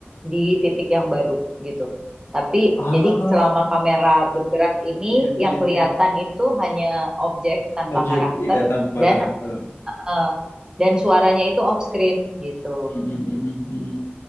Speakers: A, on the right (about 15°); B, on the left (about 85°).
A: di titik yang baru gitu. Tapi
B: Ah,
A: jadi selama kamera bergerak
B: iya
A: ini
B: iya
A: yang
B: iya.
A: kelihatan
B: iya.
A: itu hanya objek tanpa
B: Objek
A: karakter
B: iya tanpa
A: dan
B: karakter.
A: eh, dan suaranya itu off screen gitu.
B: Mm, mm, mm, mm, mm, mm.